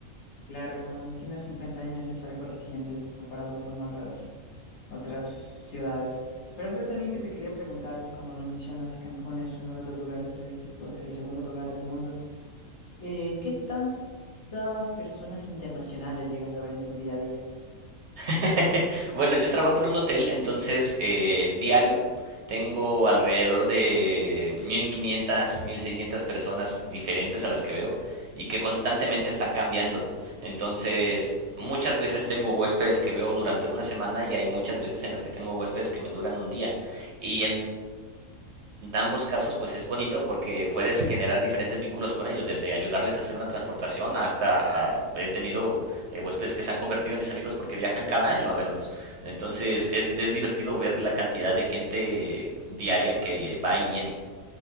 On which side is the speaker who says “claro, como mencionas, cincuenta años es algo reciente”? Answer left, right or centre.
Left